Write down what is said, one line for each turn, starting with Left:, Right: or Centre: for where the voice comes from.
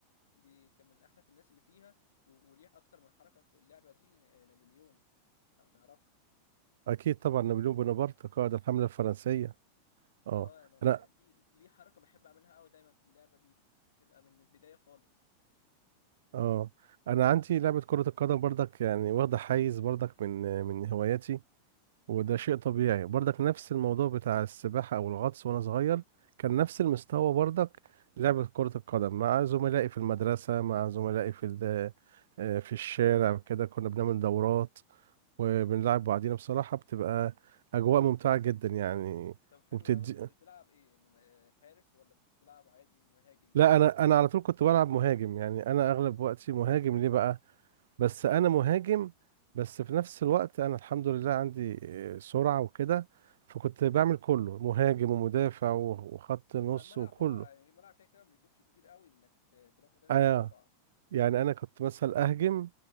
Left: دي كان من احرف الناس اللي فيها و- وليه اكتر من حركه في اللعبه دي ن- نابليون لو تعرف
Right: اكيد طبعا نابليون
Left: مم.
Right: بونابرت قائد الحمله الفرنسيه
Left: اه
Right: اه
Left: اه انا لا-
Right: انا
Left: ليه ليه حركه بحب اعملها قوي دايما في اللعبه دي بتبقى من البدايه خالص
Right: اه انا عندي لعبه كره القدم برضك يعني واخده حيز برضك من من هواياتي وده
Left: مم.
Right: شيء طبيعي برضك نفس الموضوع بتاع السباحة أو الغطس وأنا صغير كان نفس المستوى برضك لعبة كرة القدم مع زملائي في المدرسة مع زملائي في ال- آه، في الشارع كده كنا بنعمل دورات وبنلعب بعضينا بصراحة بتبقى أجواء ممتعة جدا يعني
Left: طب حلو
Right: وبتدي
Left: قوي انت كنت بتلعب ايه الم- آه، حارس ولا كنت بتلعب عادي مهاجم
Right: لا أنا
Left: ولا
Right: أنا
Left: مدافع
Right: على طول كنت بلعب مهاجم يعني أنا أغلب
Left: اه
Right: وقتي مهاجم
Left: حلو
Right: ليه بقى
Left: ده
Right: بس انا مهاجم بس في نفس الوقت انا الحمد لله عندي آه، سرعة وكده فكنت بعمل كله مهاجم ومدافع و- وخط نص
Left: ما- ملعب
Right: وكله
Left: اه يعني الملعب كده كده ما بيكونش كبير قوي انك ت- تروح وترجع
Right: انا
Left: بسرعه
Right: يعني انا كنت مثلا اهجم